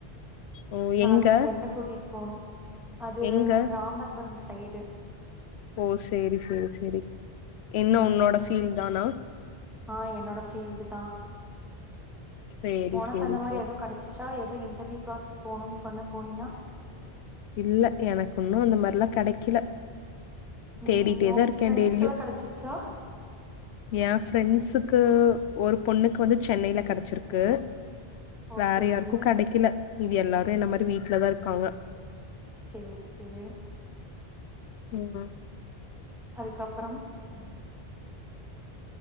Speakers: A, on the left (about 80°); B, in the centre.
A: ஓ
B: நாளைக்கு
A: எங்க
B: ஃபிரண்டு கூட்டிட்டு போணு அது
A: எங்க
B: ராமநாதபுரம் சைடு
A: ஓ சேரி சேரி சேரி என்ன
B: ம்
A: உன்னோட ஃபீல் தானா
B: ஆ என்னோட பீல்டு தா
A: சேரி
B: உனக்கு
A: சேரி
B: அந்த மாரி
A: சேரி
B: ஏதோ கெடைச் சா ஏதோ இன்டர்வியூ ப்ராசஸ் போகணுன்னு சொன்ன போனியா
A: இல்ல எனக்கு உன்னு அந்த மாரிலா கெடைக்கல
B: ம்
A: தேடிட்டேதா
B: உ
A: இருக்கே
B: ஃப்ரெண்ட்ஸ்கெல்லா
A: டெய்லியு
B: கெடச்சிருச்சா
A: என் ஃப்ரெண்ட்ஸுக்கு ஒரு பொண்ணுக்கு வந்து சென்னையில கெடைச்சிருக்கு
B: ஓகே
A: வேற
B: ஓகே
A: யாருக்கு கெடைக்கல இது எல்லாரு என்ன மாரி வீட்டு்லதா இருக்காங்க
B: சேரி சேரி
A: ம்
B: அதுக்கப்பறம் ம்